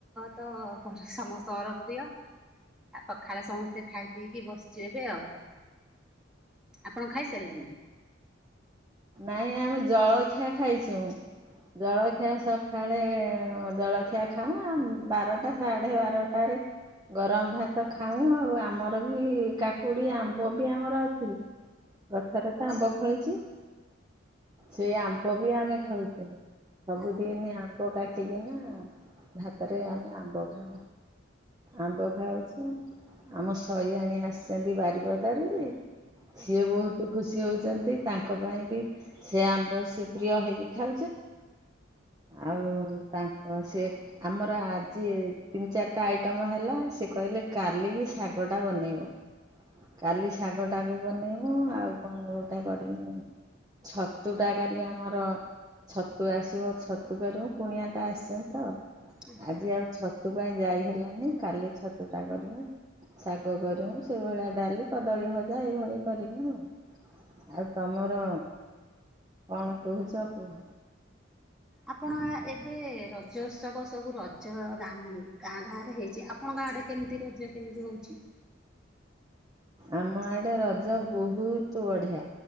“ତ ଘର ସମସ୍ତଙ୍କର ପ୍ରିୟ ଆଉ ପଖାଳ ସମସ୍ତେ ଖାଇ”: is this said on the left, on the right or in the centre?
Centre